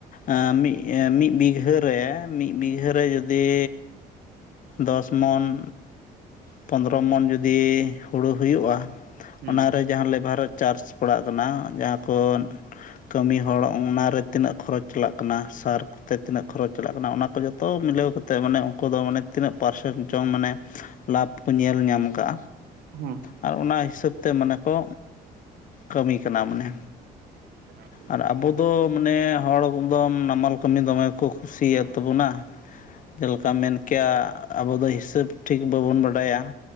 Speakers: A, on the left; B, on the right.
A: ᱮᱸᱜ ᱢᱤᱫ ᱢᱤᱫ ᱵᱤᱜᱷᱟᱹ ᱨᱮ ᱼ ᱢᱤᱫ ᱵᱤᱜᱷᱟᱹ ᱨᱮ ᱡᱩᱫᱤ ᱫᱚᱥ ᱢᱚᱱ ᱯᱚᱱᱫᱽᱨᱚ ᱢᱚᱱ ᱡᱩᱫᱤ ᱦᱩᱲᱩ ᱦᱩᱭᱩᱜᱼᱟ
B: ᱦᱩᱸ
A: ᱚᱱᱟ ᱨᱮ ᱡᱟᱦᱟᱸ ᱞᱮᱵᱷᱟᱨ ᱪᱟᱨᱡᱽ ᱯᱟᱲᱟᱜ ᱠᱟᱱᱟ ᱡᱟᱦᱟᱸ ᱠᱚ ᱠᱟᱹᱢᱤ ᱦᱚᱲ ᱚᱱᱟ ᱨᱮ ᱛᱤᱱᱟᱹᱜ ᱠᱷᱚᱨᱚᱪ ᱪᱟᱞᱟᱜ ᱠᱟᱱᱟ ᱥᱟᱨ ᱠᱚᱛᱮ ᱛᱤᱱᱟᱹᱜ ᱠᱷᱚᱨᱚᱪ ᱪᱟᱞᱟᱜ ᱠᱟᱱᱟ ᱚᱱᱟ ᱠᱚ ᱡᱚᱛᱚ ᱡᱚᱛᱚ ᱢᱤᱞᱟᱹᱣ ᱠᱟᱛᱮ ᱢᱟᱱᱮ ᱩᱱᱠᱩ ᱫᱚ ᱢᱟᱱᱮ ᱛᱤᱱᱟᱹᱜ ᱯᱟᱨᱥᱮᱱ ᱪᱚᱝ ᱢᱟᱱᱮ ᱞᱟᱵᱷ ᱧᱮᱞ ᱧᱟᱢ ᱟᱠᱟᱜᱼᱟ
B: ᱦᱩᱸ
A: ᱟᱨ ᱚᱱᱟ ᱦᱤᱥᱟᱹᱵ ᱛᱮ ᱢᱟᱱᱮ ᱠᱚ ᱠᱟᱹᱢᱤ ᱠᱟᱱᱟ ᱢᱟᱱᱮ
B: <inaudible>
A: ᱟᱨ ᱟᱵᱚ ᱫᱚ ᱢᱟᱱᱮ ᱦᱚᱲ ᱠᱚᱫᱚᱢ ᱱᱟᱢᱟᱞ ᱠᱟᱹᱢᱤ ᱫᱚᱢᱮ ᱠᱚ ᱠᱩᱥᱤᱭᱟᱜ ᱛᱟᱵᱚᱱᱟ᱾ ᱡᱮᱞᱮᱠᱟᱢ ᱢᱮᱱ ᱠᱮᱜ-ᱟ ᱟᱵᱚ ᱫᱚ ᱦᱤᱥᱟᱹᱵᱽ ᱴᱷᱤᱠ ᱵᱚᱱ ᱵᱟᱰᱟᱭᱟ